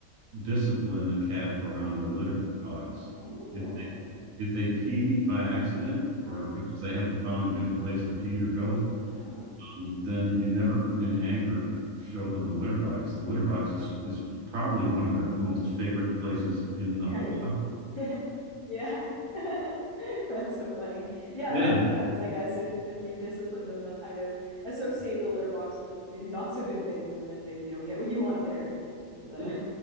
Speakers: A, on the right (about 65°); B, on the left (about 40°).
A: discipline a cat around a litter box.
B: Oh,
A: If they if they pee by accident or
B: right.
A: because they haven't found a good place to pee or go,
B: Uh-huh.
A: um, then you never in anger show them the litter box. The litter box is is probably one of their most favorite places in the
B: <laughs>
A: whole
B: Right.
A: house.
B: <laughs> Yeah. <laughs> That's so funny. Yeah,
A: <laughs>
B: that makes sense, I guess. If if you discipline them, they'll kind of associate the litter box with maybe not so good things, and then maybe you don't get what you want there with the
A: Yeah.